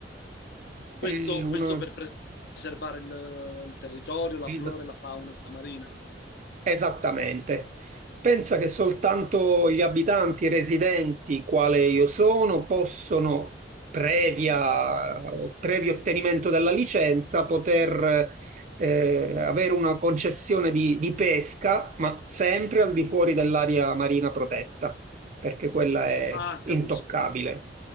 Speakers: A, on the right; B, on the left.
A: È
B: Questo,
A: una-
B: questo per preservare il, il territorio, la
A: es-
B: flora e la fauna marina.
A: Esattamente. Pensa che soltanto gli abitanti residenti, quale io sono, possono, previa, previo ottenimento della licenza, poter eh, avere una concessione di, di pesca, ma sempre al di fuori dell'area marina protetta, perché quella è
B: Ah,
A: intoccabile.
B: capisco.